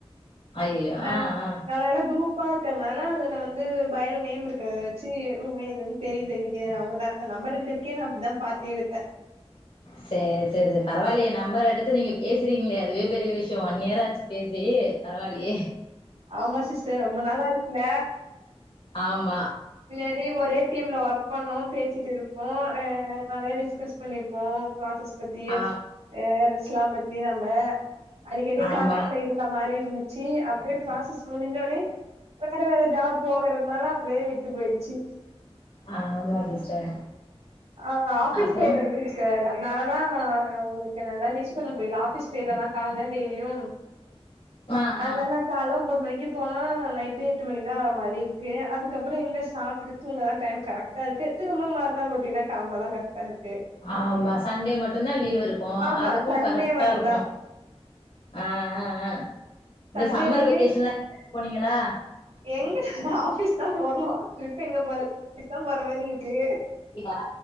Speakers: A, on the left; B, on the right.
A: ஐயயோ
B: அ
A: ஆ ஆ
B: நல எல்லா குரு ப்பாக்கறனால அதுல வந்து பயல நேம் இருக்காச்சி உண்ம இதுன் தெரியுதே இன்னைக்கே அவ்ங்கன ஆ நம்பர் எடுக்கிறதுக்கே நா அப்டிதா பாத்து எடுத்த
A: சேரி சேரி சேரி பரவாயில்லயே நம்பர் எடுத்து நீங்க பேசுறீங்ளே அதுவே பெரிய விஷயோ ஒன் இயராச்சி பேசி பரவால்லியே
B: ஆமா சிஸ்டர் ரொம்ப நாளா ஆச்சில
A: ஆமா
B: முன்னாடி ஒரே டீம்ல ஒர்க் பண்ணோ பேசிட்டு இருப்போ அ அ நறைய டிஸ்கஸ் பண்ணிப்போ பிராசஸ்பத்தியோ
A: ஆ
B: ஏ ரேஸ்லா பத்தி நம்ம அடிக்கடி
A: ஆமா
B: கான்டக்ட்ல இருந்தா மாரி இருந்துச்சி அப்டியே கிளாசஸ் முடிஞ்சோடனே வேற வேற ஜாப் போகறதுனால அப்டியே விட்டு போயிடுச்சி
A: ஆமா சிஸ்டர்
B: ஆ ஆஃபீஸ்
A: அப்புறோ
B: சேறதுக்கு சர் அதனாலதா ய உங்ளுக்கு கேனலா ரீச் பண்ண முடியல ஆஃபீஸ் பேய்றதால கால்ல டெய்லியும்
A: ஆ
B: அதனால
A: ஆ
B: கால்ல ஒன்போது மணிக்கு போனா நைட்டு எட்டு மணிக்குதா வர மாரி இருக்கு அதுக்கப் அப்புற இங்க சாப்டுட்டு தூங்க தா டைம் கரக்டா இருக்கு திருமம்மாறுநாள் ரொட்டினா கிளம்ப தா கரெட் டர்க்கு
A: ஆமா சண்டே மட்டுதா லீவ் இருக்கு
B: ஆமா
A: அதுக்கு
B: சண்டே
A: கரெக்டா
B: மட்டுந்தா
A: இருக்கு அ ஹ ஹ இந்த
B: சண்டேலயுமே
A: சம்மர் வெக்கேஷன்லா <inaudible> போனீங்ளா
B: எங்க ஆபீஸ் தா போனோ ட்ரிப் எங்க போறது <inaudible> ஆபீஸ் தா போற மாரி இருக்கு
A: இல்லா